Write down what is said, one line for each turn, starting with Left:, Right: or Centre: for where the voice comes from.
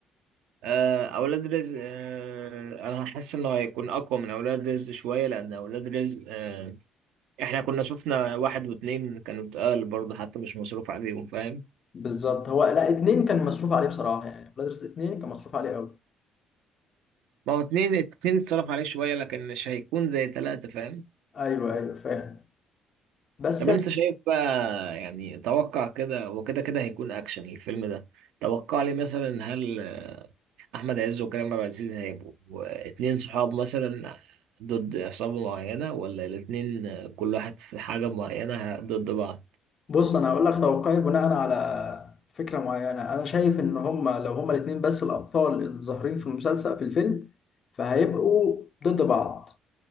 Right: آه، اولاد رزق آه، انا حاسس انه هيكون اقوى من اولاد رزق شوية لان اولاد رزق آه، احنا كنا شفنا واحد واتنين كانوا اتقال برضه حتى مش مصروف عليهم فاهم
Left: بالظبط هو لا اتنين كان مصروف عليه بصراحه يعني اولاد رزق اتنين كان مصروف عليه قوي
Right: ما هو اتنين اتنين اتصرف عليه شوية لكن مش هيكون زي تلاتة فاهم
Left: ايوه ايوه فاهم بس
Right: طب انت شايف بقى يعني توقع كده وكده كده هيكون اكشن الفيلم ده توقع لي مثلا هل آه، احمد عز وكريم عبد العزيز هيبقوا اتنين صحاب مثلا ضد عصابة معينة ولا الاتنين آه، كل واحد في حاجة معينة ضد بعض
Left: بص انا هقول لك توقعي بناء على فكره معينه انا شايف ان هما لو هما الاثنين بس الابطال الظاهرين في المسلسل في الفيلم فهيبقوا ضد بعض